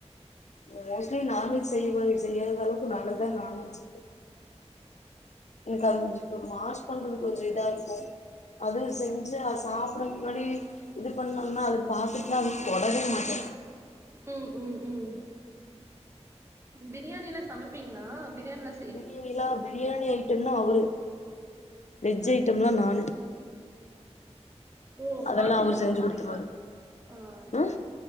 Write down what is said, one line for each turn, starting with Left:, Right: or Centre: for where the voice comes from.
Left: மோஸ்ட்லி நான்வெஜ் செய்வ செய்யாத அளவுக்கு நல்லதா நான்வெஜ் எனக்கு அது கொஞ்ச வாஷ் பண்றதுக்கு கொஞ்சம் இதா இருக்கும் அதும் செஞ்சா சாப்பட முன்னாடி இது பண்ணோன்னா அது பாத்துட்டுலா அது தொடவே மாட்ட
Right: ம் ம் ம் பிரியாணிலா சமைப்பீங்களா பிரியாணி லா
Left: பிரியாணிலா பிரியாணி ஐட்டம்னா அவரு வெஜ்ஜி
Right: அ
Left: ஐட்டம்லா நானு
Right: ஓ
Left: அதெல்லா
Right: மாத்தி
Left: அவரு
Right: மாத்தி
Left: செஞ்சு
Right: பண்றிங்களா
Left: குடுத்துருவாரு
Right: ஆ
Left: ம்